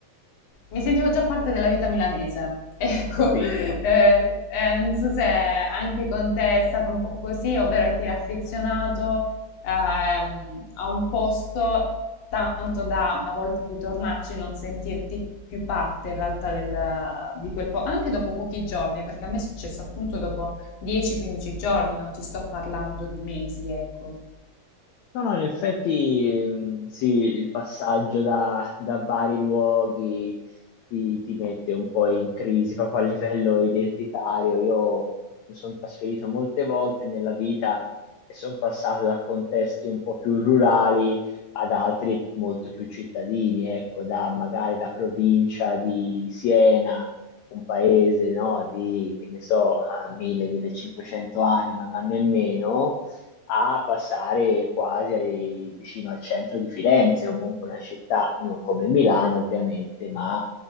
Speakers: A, on the left (about 55°); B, on the left (about 80°).
A: mi sentivo già parte della vita milanese. <laughs> Ecco,
B: capito.
A: eh, eh, non so se anche con te è stato un po' così, ovvero che ti eri affezionato ehm, a un posto tanto da una volta ritornarci non sentirti più parte in realtà del- di quel po', anche dopo pochi giorni, perché a me è successo appunto dopo 10-15 giorni, non ti sto parlando di mesi, ecco.
B: No, no, in effetti mh, sì, il passaggio da, da vari luoghi ti, ti mette un po' in crisi proprio a livello identitario. Io mi sono trasferito molte volte nella vita e sono passato da contesti un po' più rurali ad altri molto più cittadini, ecco, da magari la provincia di Siena, un paese, no, di, che ne so, <laughs> 1000-1500 anime, ma nemmeno a passare quasi ai- vicino al centro di Firenze, o comunque una città non come Milano ovviamente, ma